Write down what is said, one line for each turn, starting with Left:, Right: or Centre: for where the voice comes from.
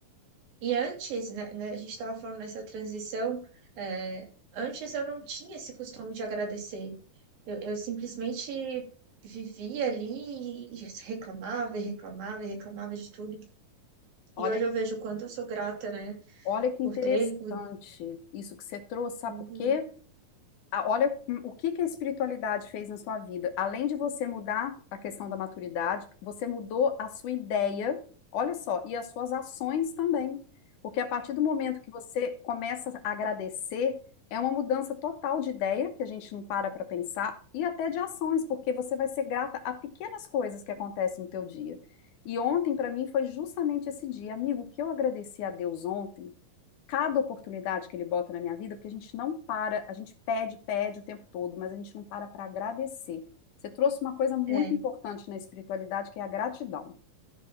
Right: E antes, né, né, a gente estava falando nessa transição, é, antes eu não tinha esse costume de agradecer. Eu, eu simplesmente vivia ali e reclamava e reclamava e reclamava de tudo.
Left: Olha,
Right: E hoje eu vejo o quanto eu sou grata, né,
Left: olha que
Right: por
Left: interessante
Right: ter, por...
Left: isso que você trouxe, sabe
Right: Uhum.
Left: por quê? a- olha o que que a espiritualidade fez na sua vida. Além de você mudar a questão da maturidade, você mudou a sua ideia, olha só, e as suas ações também. Porque a partir do momento que você começa a agradecer, é uma mudança total de ideia, que a gente não para para pensar, e até de ações, porque você vai ser grata a pequenas coisas que acontecem no teu dia. E ontem, para mim, foi justamente esse dia. Amigo, o que eu agradeci a Deus ontem? cada oportunidade que ele bota na minha vida, porque a gente não para, a gente pede, pede o tempo todo, mas a gente não para para agradecer. Você trouxe uma coisa muito
Right: É,
Left: importante na espiritualidade, que é a gratidão.